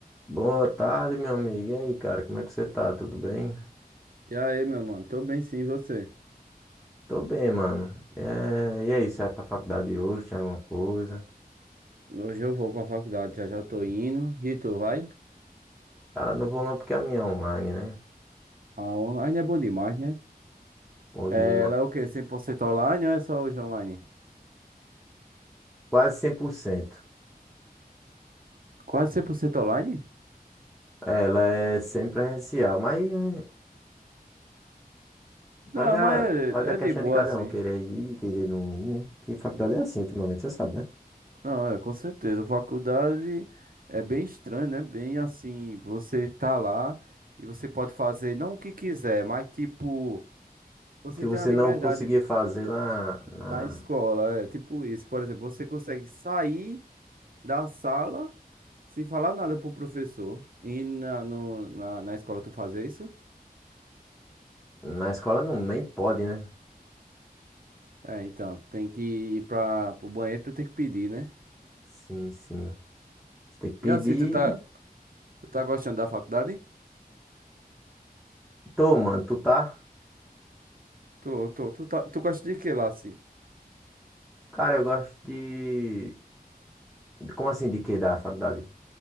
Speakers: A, in the centre; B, on the right.
A: Boa tarde, meu amigo. E aí, cara, como é que você tá? Tudo bem?
B: E aí, meu mano? Tô bem sim, e você?
A: Tô bem, mano. É, E aí, você vai pra faculdade hoje? Tem alguma coisa?
B: Hoje eu vou pra faculdade, já já tô indo. E tu, vai?
A: Cara, não vou não porque a minha é online, né?
B: A online é bom demais, né?
A: Onde
B: É,
A: ma-
B: Ela é o quê? cem por cento online ou é só hoje online?
A: quase 100%.
B: Quase 100% online?
A: Ela é sempre presencial, mas é, vai
B: Não,
A: da...
B: mas
A: vai
B: é,
A: da
B: é
A: questão
B: de boa
A: de cada
B: assim.
A: um querer ir, e querer não ir, né? Porque faculdade é assim ultimamente, você sabe, né?
B: Não, é, com certeza. Faculdade é bem estranho, né? Bem assim, você tá lá e você pode fazer não o que quiser, mas tipo, você
A: O que você
B: tem a liberdade
A: não conseguia fazer na, na...
B: na escola, é tipo isso. Por exemplo, você consegue sair da sala sem falar nada pro professor. E na, no- na, na escola tu fazer isso?
A: na escola não, nem pode, né?
B: É, então, tem que ir pra, pro banheiro, tu tem que pedir, né?
A: Sim, sim. Você tem que pedir.
B: E assim, tu tá, tu tá gostando da faculdade?
A: Tô, mano, tu tá?
B: Tu, tu, tu, tá- tu gosta de que lá, assim?
A: Cara, eu gosto de. de- Como assim, de que da faculdade?